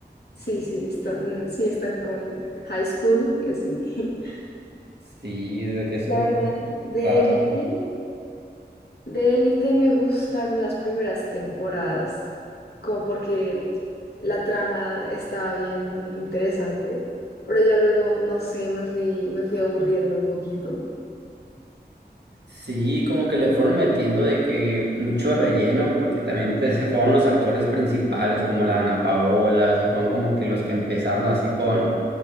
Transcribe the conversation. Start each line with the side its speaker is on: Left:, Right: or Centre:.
Left: sí, sí, están, mm, sí, están con High School y así. <laughs>
Right: Sí, de que es súper
Left: La verdad, de
Right: raro.
Left: Élite, de Élite me gustaron las primeras temporadas, como porque la trama estaba bien interesante, pero ya luego, no sé, me fui, me fui aburriendo un poquito.
Right: Sí, como que le fueron metiendo de que mucho relleno, porque también te- se fueron los actores principales, como la Ana Paola, se fueron como que los que empezaron así con,